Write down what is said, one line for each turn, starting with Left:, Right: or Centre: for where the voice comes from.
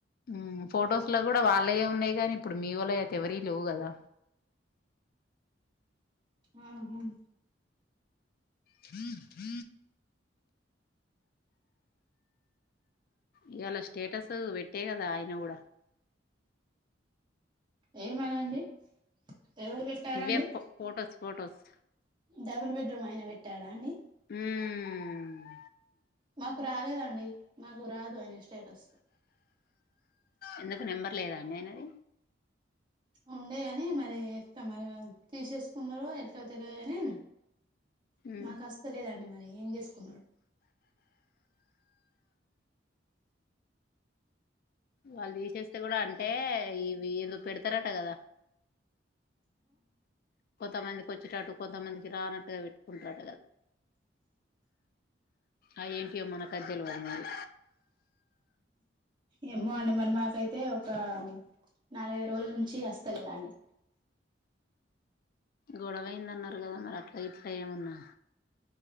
Left: హ్మ్ ఫొటోస్లో కూడా వాళ్ళయ్యే ఉన్నాయి కానీ ఇప్పుడు మీ వోళ్లయి అయితే ఎవరియి లేవు కదా
Right: మ్మ్ హ్మ్
Left: హ హ ఇయాళ స్టేటస్ పెట్టే కదా ఆయన కూడా
Right: ఏమనండి ఎవరు పెట్టారండి
Left: ఇవే ఫో ఫొటోస్ ఫొటోస్
Right: డబల్ బెడ్రూమ్ ఆయన పెట్టాడా అండి
Left: ఉ మ్
Right: మాకు రాలేదండి మాకు రాదు ఆయన స్టేటస్
Left: ఎందుకు నెంబర్ లేదా అండి ఆయినది
Right: ఉండే గని మరి ఎట్లా మరి తీసేసుకున్నారో ఎట్లొ తెలువదు కాని
Left: మ్మ్
Right: మాకుస్త లేదండి మరి ఏం చేసుకున్నాడు
Left: వాళ్ళు తీసేస్తే కూడా అంటే ఇవి ఏదో పెడతారట కదా కొంతమందికి వచ్చేటటు కొంతమందికి రానట్టుగా పెట్టుకుంటాడు అ ఏంటియో మన కద్దెలువది మరి
Right: ఏమో అండి మరి మాకైతే ఒక నాలుగై రోజుల నుంచి అస్తలేదండి
Left: గొడవైందన్నారు కదా మరి అట్లా ఇట్లా ఏమన్నా